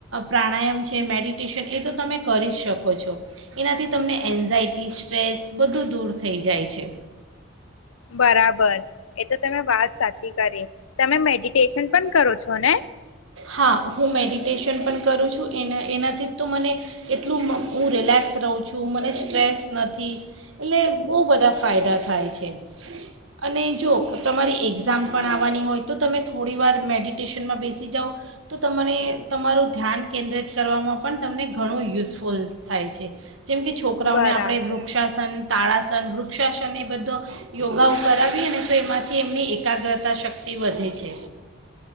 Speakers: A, on the right (about 70°); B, on the left (about 80°).
A: પ્રાણાયામ છે મેડિટેશન એ તો તમે કરી શકો છો એનાથી તમને એન્ઝાયટી સ્ટ્રેસ બધું દૂર થઈ જાય છે.
B: બરાબર એ તો તમે વાત સાચી કરી તમે મેડિટેશન પણ કરો છો ને.
A: હા હું મેડિટેશન પણ કરું છું એના એનાથી તો મને એટલું હું રિલેક્સ રહું છું મને સ્ટ્રેસ નથી એટલે બહુ બધા ફાયદા થાય છે અને જો તમારી એક્ઝામ પણ આવવાની હોય તો તમે થોડી વાર મેડિટેશનમાં બેસી જાઓ તો તમને તમારું ધ્યાન કેન્દ્રિત કરવામાં પણ તમને ઘણું યુઝફુલ થાય છે. જેમ કે છોકરાઓને
B: બરાબર
A: આપણે વૃક્ષાસન તાળાસન વૃક્ષાસન એ બધો યોગાઓ કરાવીએને તો એમાંથી એમની એકાગ્રતા શક્તિ વધે છે.